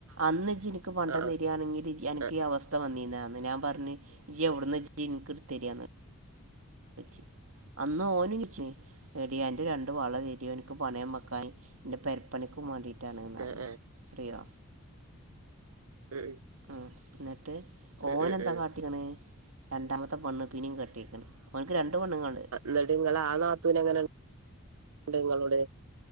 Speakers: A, on the right; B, on the right.
A: അന്ന്ജ്ന്ക്ക്‌ ഇക്ക് പണ്ടം
B: ആ ആ
A: തെരാണെങ്കില്ജ് അനക്കീയവസ്ഥ
B: ആ
A: വന്നീന്നാന്ന് നാ പറഞ് ജെവ്ട്ന്ന ജ്നിക്ക്‌ ഇട്തേരാന്ന് പ്പച്ചി അന്ന് ഓനും ചോയ്ചീന് എടി അന്റെ രണ്ട് വളതരോ ഇന്ക്ക്‌ പണയം വെക്കാന് ന്റെ പേരപ്പണിക്കും വാണ്ടിട്ടാണ് റ്റാണ്ന്നറഞ്
B: ആ ആ ആ ആ
A: അറിയോ
B: ഉം ഉം
A: മ് ന്ന്ട്ട്
B: ഉം
A: ഓനെന്താകാട്ട്
B: ഉം ഉം
A: കാട്ടീക്ക്‌ണ് രണ്ടാമത്തെ പണ്ണ്പ്പിനിം കെടട്ടീക്ക്‌ണ് ഓൻക്ക്‌ രണ്ട് പെണ്ണ്ങ്ങള്ണ്ട്.
B: ന്നിട്ട്ങ്ങളെ ആ നാത്തുനെങ്ങന്ണ്ട് ഇങ്ങളോട്